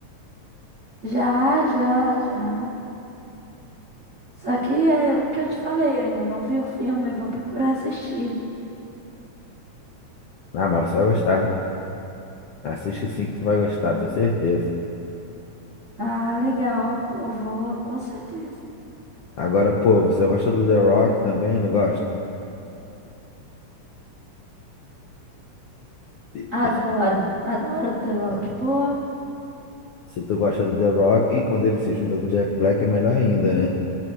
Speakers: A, on the right (about 35°); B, on the left (about 70°).
A: Já, já, já. Só que é o que eu te falei, eu ainda não vi o filme, vou procurar assistir.
B: Ah, mas você vai gostar. Assiste sim que tu vai gostar, tenho certeza.
A: Ah, legal, pô, vou, com certeza.
B: Agora, pô, você gosta do The Rock também, não gosta? E-
A: Adoro, adoro The Rock,
B: Então,
A: pô.
B: se tu gosta do The Rock, e quando ele se junta com o Jack Black é melhor ainda, né?